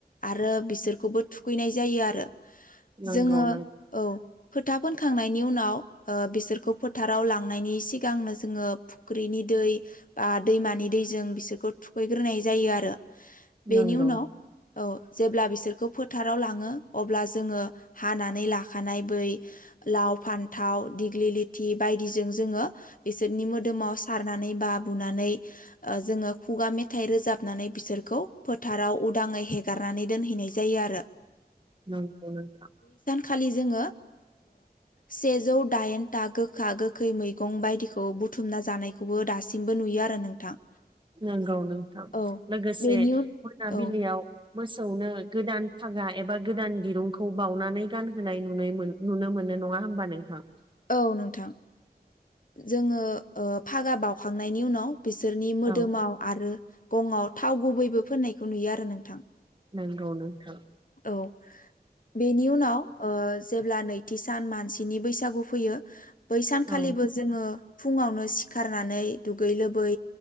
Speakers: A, on the left (about 55°); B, on the right (about 30°).
A: आरो बिसोरखौबो थुखैनाय जायो आरो
B: नंगौ
A: जोङो
B: नंगौ
A: औ फोथा फोनखांनायनि उनाव ओ बिसोरखौ फोथाराव लांनायनि सिगांनो जोङो फुख्रिनि दै बा दैमानि दैजों बिसोरखौ थुखैग्रोनाय जायो आरो बेनि
B: नांगौ
A: उनाव औ जेब्ला बिसोरखौ फोथाराव लाङो अब्ला जोङो हानानै लाखानाय बै लाव, फान्थाव, दिग्लि लिथि बायदिजों जोङो बिसोरनि मोदोमाव सारनानै बा ला बुनानै जोङो खुगा मेथाइ रोजाबनानै बिसोरखौ फोथाराव उदाङै हेगारनानै दोनहैनाय जायो आरो
B: नंगौ नोंथां
A: खालि जोङो सेजौ दाइनथागोखागो खै मैगं बायदिखौ बुथुमना जानायखौबो दासिमबो नुयो आरो नोंथां
B: नंगौ नोंथां
A: औ
B: लोगोसे
A: बेनि उन
B: मोनाबिलियाव
A: औ
B: मोसौनो गोदान फागा एबा गोदान दिरुंखौ बावनानै गानहोनाय नुनै मो नुनो मोनो नङा होमबा नोंथां
A: औ नोंथां जोङो फागा बाउखांनायनि उनाव बिसोरनि मोदोमाव
B: औ
A: आरो गंआव थाव गुबैबो फोननायखौ नुयो आरो नोंथां
B: नंगौ नोंथां
A: औ बेनि उनाव जेब्ला नैथि सान मानसिनि बैसागु फैयो बै सानखालिबो
B: औ
A: जोङो फुङावनो सिखारनानै दुगै लोबै